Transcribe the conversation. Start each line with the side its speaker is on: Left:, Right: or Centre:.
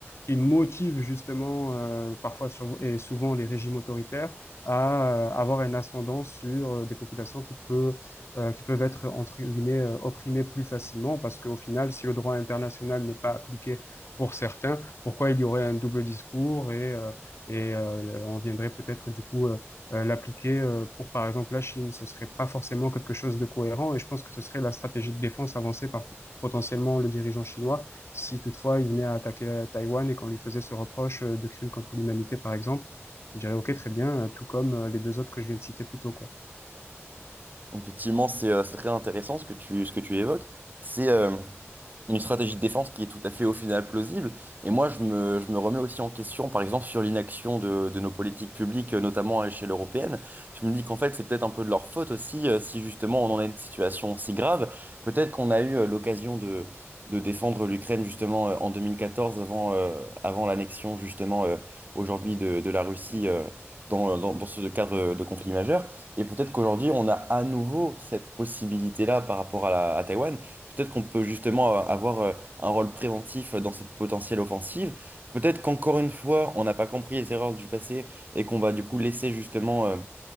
Left: qui motive justement euh, parfois sur, et souvent les régimes autoritaires à euh, avoir un ascendant sur euh, des populations qui peut, euh, qui peuvent être entre guillemets euh, opprimées plus facilement parce qu'au final, si le droit international n'est pas appliqué pour certains, pourquoi il y aurait un double discours et, euh, et euh, on viendrait peut-être du coup euh, euh, l'appliquer euh, pour par exemple la Chine, ce serait pas forcément quelque chose de cohérent et je pense que ce serait la stratégie de défense avancée par potentiellement le dirigeant chinois si toutefois il venait à attaquer la- Taïwan et qu'on lui faisait ce reproche euh, de crime contre l'humanité, par exemple, je dirais, OK, très bien, euh, tout comme euh, les deux autres que je viens de citer plus tôt, quoi.
Right: Effectivement, c'est euh, c'est très intéressant ce que tu, ce que tu évoques. C'est euh, une stratégie de défense qui est tout à fait au final plausible. Et moi, je me, je me remets aussi en question, par exemple, sur l'inaction de, de nos politiques publiques, euh, notamment à l'échelle européenne. Je me dis qu'en fait, c'est peut-être un peu de leur faute aussi, euh, si justement on en a une situation si grave. Peut-être qu'on a eu euh, l'occasion de, de défendre l'Ukraine justement euh, en 2014, avant, euh, avant l'annexion justement euh, aujourd'hui de, de la Russie. euh, Dans, euh, dans, dans ce cadre de conflit majeur. Et peut-être qu'aujourd'hui, on a à nouveau cette possibilité-là par rapport à la, à Taïwan. Peut-être qu'on peut justement euh, avoir euh, un rôle préventif euh, dans cette potentielle offensive. Peut-être qu'encore une fois, on n'a pas compris les erreurs du passé et qu'on va du coup laisser justement euh,